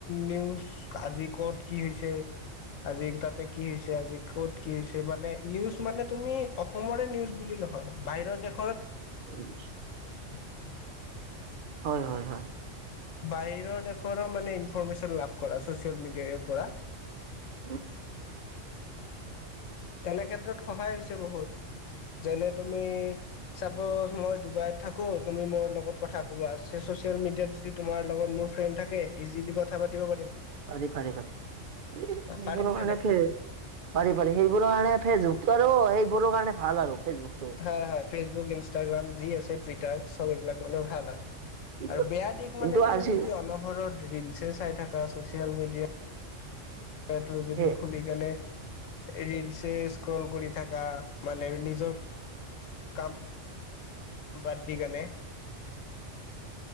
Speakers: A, on the left (about 80°); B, on the right (about 50°).
A: নিউজ আজি ক'ত কি হৈছে আজি তাতে কি হৈছে আজি কত কি হৈছে মানে নিউজ মানে তুমি অসমৰে নিউজ বুলি এইটো হয় বাহিৰৰ দেশ
B: অ',
A: <unintelligible>
B: হয় হয় হয়
A: বাহিৰৰ দেশৰো মানে ইনফৰমেশ্যন লাভ কৰা ছ'চিয়েল মিডিয়াৰ পৰা
B: উ
A: তেনে ক্ষেত্ৰত সহায় হৈছে বহুত যেনে তুমি চাপজ মই ডুবাইত থাকো তুমি মোৰ লগত কথা কব আছে চ চচিয়েল মিডিয়াত য তোমাৰ লগত মোৰ ফ্ৰেণ্ড থাকে ইজিল কথা পাতি পাৰিম।
B: পাৰি পাৰি পাৰি আজিকালি সেইবোৰৰ
A: পাৰিম নে
B: কাৰণে
A: নাই?
B: পাৰি পাৰি সেইবোৰৰ কাৰণে ফেচবুকতো আৰু সেইবোৰৰ কাৰণে ভাল আৰু ফেচবুকটো।
A: হা হয ফেচবুক ইনষ্টাগ্ৰাম যি আছে টুইটাৰ চব এইবিলাক মানে ভাল হয় আৰু
B: কিন্তু
A: আৰু বেয়া দিশ
B: কিন্তু
A: মানে তুমি
B: আজি
A: যদি অনহৰত ৰিলছে চাই থাকা চচিয়েল মিডিয়াত এটো যদি
B: এ
A: খুলি কেনে ৰিলচ্ এ স্ক্ৰল কৰি থাকা মানে নিজৰ কামাম বাদ দি গানে। <unintelligible>